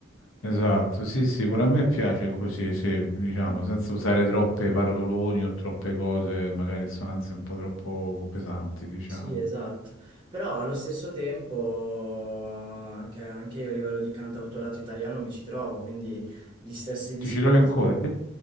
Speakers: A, on the left (about 80°); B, on the right (about 25°).
A: Esatto, sì, sì, pure a me piace così, sì, diciamo,
B: Mm.
A: senza usare troppe paroloni o troppe cose, magari sonanze un po' troppo pesanti, diciamo.
B: Sì, esatto, però allo stesso tempo anche, anche io a livello di cantautorato italiano mi ci trovo, quindi gli stessi discorsi.
A: Ti ci trovi ancora?